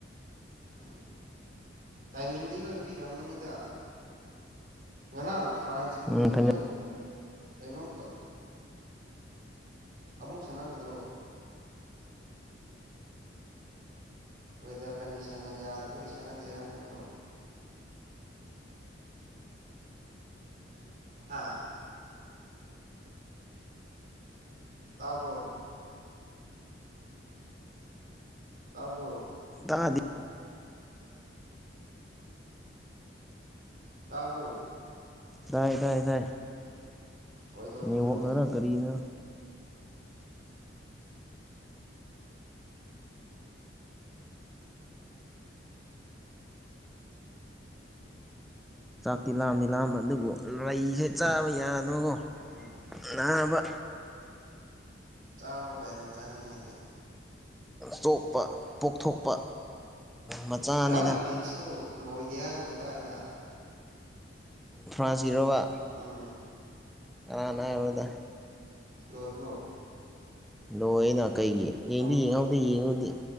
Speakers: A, on the right; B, in the centre.
A: ꯎ ꯇꯥꯏꯃꯤꯡꯗꯤ ꯂꯣꯏ ꯄꯤꯔꯛꯝꯃꯅꯤꯗ ꯉꯔꯥꯡ ꯐ꯭ꯔꯥꯟꯁꯀꯤ
B: ꯎꯝ
A: ꯃꯦꯆ
B: ꯐꯥꯏꯅꯦꯜ
A: ꯇ ꯀꯩꯅꯣ ꯇꯧ ꯑꯃꯨꯛ ꯁꯥꯟꯅꯒꯗ꯭ꯔꯣ ꯋꯦꯗꯔ ꯀꯟꯗꯤꯁꯟꯅ ꯌꯥꯗꯕꯒꯤ ꯁꯥꯟꯅꯗꯦ ꯍꯥꯏꯕ ꯅꯠꯇ꯭ꯔꯣ ꯑꯥ ꯇꯥꯕꯣ ꯇꯕꯔꯣ
B: ꯇ
A: ꯇꯥꯕ꯭ꯔꯣ
B: ꯇꯗꯥꯏ ꯇꯗꯥꯑ ꯇꯗꯥ
A: ꯀꯩꯗꯧꯔꯤꯅꯣ
B: ꯅꯉꯣ ꯅꯅꯥ ꯀꯔꯤꯅ ꯆꯥꯛꯇꯤ ꯂꯥꯝꯗꯤ ꯂꯥꯝꯕ ꯑꯗꯨꯕꯨ ꯂꯩꯁꯦ ꯆꯥꯕ ꯌꯥꯗ꯭ꯔꯀꯣ
A: ꯎꯝ
B: ꯅꯥꯕ
A: ꯆꯥꯔꯣ ꯀꯩꯅ ꯆꯅꯤ ꯏꯗꯤ
B: ꯆꯣꯞꯄ ꯄꯣꯛꯊꯣꯛꯄ ꯃꯆꯥ
A: ꯉꯔꯥꯡꯒꯤ
B: ꯑꯅꯤꯅ
A: ꯃꯦꯠꯁꯇꯣ ꯂꯣꯏꯗꯦ ꯍꯥꯏꯕ ꯑꯝꯇ ꯍꯥꯏꯗ
B: ꯐ꯭ꯔꯥꯟꯁ ꯖꯤꯔꯋꯥ
A: ꯎꯝ
B: ꯀꯅ ꯍꯥꯏꯕꯗ
A: ꯂꯣꯏꯕ꯭ꯔꯣ
B: ꯅꯣꯏ ꯀꯩꯒꯤ ꯌꯦꯡꯗꯤ
A: ꯅꯣꯡ
B: ꯌꯦꯡꯍꯧꯗꯦ
A: ꯆꯨ
B: ꯌꯦꯡꯍꯧꯗ